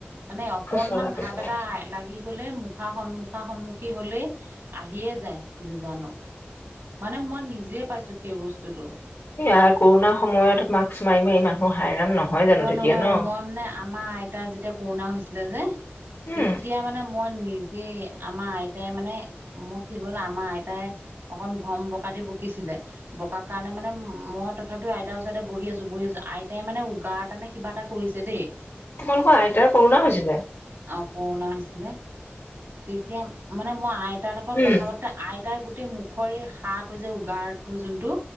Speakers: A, on the right; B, on the left.
A: মানে অকনমান
B: খুচৰা
A: ভাৱ
B: খুচৰা
A: এটা লাগি গলে মুখা সন্মুখা সন্মুখী হলেই আহিয়ে যায় বিজানো, মানে মই নিজে পাইছো সেই বস্তুটো।
B: এয়া কৰোণাৰ সময়ত মাস্ক মাৰি মাৰি মানুহ হাইৰাণ নহয় জানো তেতিয়া
A: নহয়
B: ন?
A: মই মানে আমাৰ আইতা যেতিয়া কৰোণা হৈছিলে যে,
B: উম
A: তেতিয়া মানে মই নিজ যে আমাৰ আইতাই মানে মোৰ কি হ'ল আমাৰ আইতাই অকণ ভ্ৰম বকা দি বকিছিলে। বকাৰ কাৰণে মানে মই তথাপিও আইতাৰ ওচৰতে বহি আছো বহি আছো আইতাই মানে কাৰাতানে কিবা এটা কৰিছে দেই।
B: তোমালোকৰ আইতাৰ কৰোণা হৈছিলে?
A: অঁ কৰোণা হৈছিলে, তেতিয়া মানে মই আইত লগ লগত
B: উম
A: কথা পাত এ আইতাৰ গোটেই মুখৰ এই সাঁৰটো যে উগাৰটো যোনটো